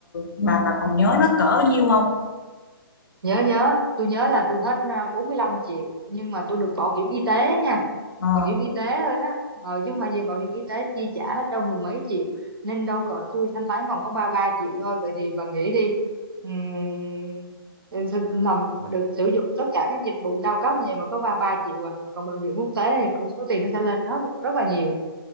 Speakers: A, on the left (about 55°); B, on the right (about 75°).
A: bà bà còn nhớ nó cỡ nhiêu không?
B: nhớ nhớ tôi nhớ là tôi hết à, bốn mươi lăm triệu nhưng mà tôi được bảo hiểm y tế nha
A: Ờ.
B: bảo hiểm y tế thôi á ờ, chứ không phải gì bảo hiểm y tế chi trả hết đâu mười mấy triệu nên đâu cỡ tôi thanh toán còn có ba ba triệu thôi vậy thì bà nghĩ đi Ừm, em sẽ làm được sử dụng tất cả các dịch vụ cao cấp như vậy mà có ba ba triệu à còn bệnh viện quốc tế thì số tiền nó sẽ lên rất rất là nhiều